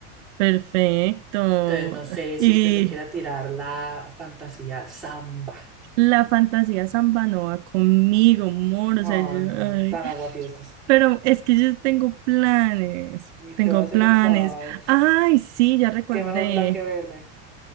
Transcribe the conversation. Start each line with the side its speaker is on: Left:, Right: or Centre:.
Right: Perfecto.
Centre: Entonces, no sé
Right: Y.
Centre: si usted se quiera tirar la fantasía samba.
Right: la fantasía samba no va conmigo, amor, o
Centre: Ay,
Right: sea, yo,
Centre: no,
Right: ay,
Centre: tan aguafiestas.
Right: pero es que yo tengo planes,
Centre: ¿Y qué
Right: tengo
Centre: va a hacer
Right: planes.
Centre: el sábado?
Right: Ay, sí, ya recordé,
Centre: ¿Qué mejor plan que verme?